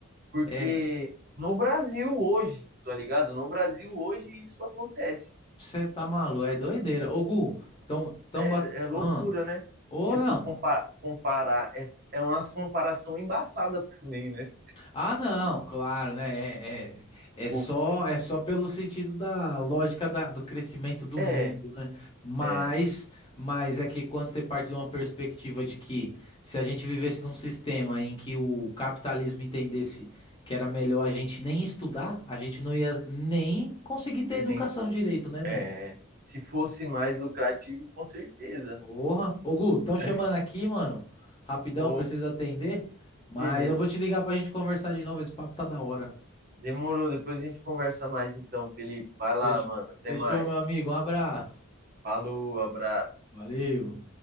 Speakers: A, on the right; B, on the left.
A: porque
B: É,
A: no Brasil hoje, tá ligado? No Brasil hoje isso acontece.
B: você tá maluco, é doideira. Ô, Gu, tão, tão
A: É,
B: bat...
A: é loucura,
B: ah,
A: né?
B: ou
A: Tipo,
B: não,
A: compa- comparar, é, é umas comparação embaçada também, né?
B: Ah, não, claro, né? É,
A: Tipo,
B: é, é só é só pelo sentido da lógica da- do crescimento do
A: é,
B: mundo, né? Mas,
A: é.
B: mas é que quando você parte de uma perspectiva de que se a gente vivesse num sistema em que o capitalismo entendesse que era melhor a gente nem estudar, a gente não ia nem conseguir ter educação
A: Bem,
B: direito, né, mano?
A: é, se fosse mais lucrativo, com certeza,
B: Porra. Ô, Gu, estão chamando
A: né?
B: aqui, mano. Rapidão,
A: Ô,
B: preciso atender. Mas
A: beleza.
B: eu vou te ligar pra gente conversar de novo. Esse papo tá da hora.
A: Demorou. Depois a gente conversa mais então, Felipe. Vai lá,
B: Fech-
A: mano. Até
B: Fechou,
A: mais.
B: meu amigo. Um abraço.
A: Falou, abraço.
B: Valeu.